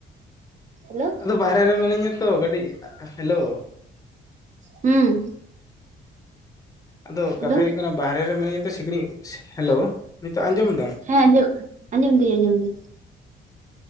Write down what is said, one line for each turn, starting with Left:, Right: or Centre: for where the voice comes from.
Right: ᱦᱮᱞᱳ
Left: ᱟᱫᱚ ᱵᱟᱨᱦᱮ ᱨᱮ ᱢᱤᱱᱟᱹᱧᱟ ᱛᱚ ᱠᱟᱹᱴᱤᱡ ᱦᱮᱞᱳ
Right: ᱦᱩᱸ
Left: ᱟᱫᱚ
Right: ᱦᱮᱞᱳ
Left: ᱠᱟᱛᱷᱟ ᱦᱩᱭᱩᱜ ᱠᱟᱱᱟ ᱵᱟᱦᱨᱮ ᱨᱮ ᱢᱤᱱᱟᱹᱧᱟ ᱛᱚ ᱥᱤᱠᱲᱤᱡ ᱦᱮᱞᱳ ᱱᱤᱛᱚᱜ ᱟᱸᱡᱚᱢ ᱫᱟᱢ
Right: ᱦᱮᱸ ᱟᱸᱡᱚᱢ ᱟᱸᱡᱚᱢ ᱫᱤᱧ ᱟᱸᱡᱚᱢ ᱫᱟᱹᱧ